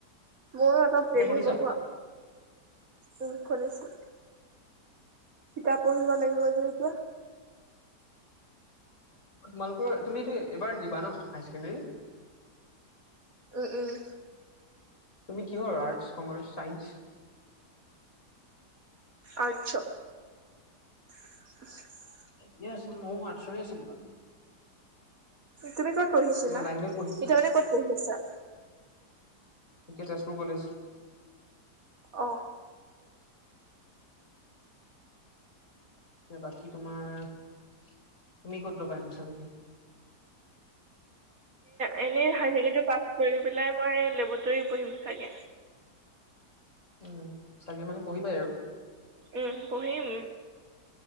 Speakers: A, on the right; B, on the left.
A: মোৰ অলপ
B: এতিয়া
A: দেৰি
B: শুনিছা
A: হব শুৱা। উম শুনিছো। কিতাপ পঢ়িব লাগিব যে এতিয়া।
B: তোমালোকৰ তুমিতো এইবাৰ দিবা ন হাইাৰ ছেকেণ্ডৰী?
A: উম উম।
B: তুমি কিহৰ আৰ্টছ কমাৰ্চ ছাইেন্স?
A: আৰ্টছ। <inaudible>
B: থিকে আছিল, ময়ো আৰ্টছৰে আছিলো বাৰু।
A: তুমি কত পঢ়িছিলা,
B: কিবা লাইন লৈ পঢ়িম
A: এতিয়া মানে কত পঢ়ি আছা?
B: ইকে তেজপুৰ কলেজ।
A: অ'।
B: বাকী তোমাৰ, তুমি কত লবা এডমিচন? <inaudible>
A: এনেই হায় ছেকেণ্ডৰী পাছ কৰি পেলাই মই লেবটৰীত পঢ়িম চাগে।
B: উম চাগে মানে পঢ়িবা এ আৰু।
A: উম পঢ়িম।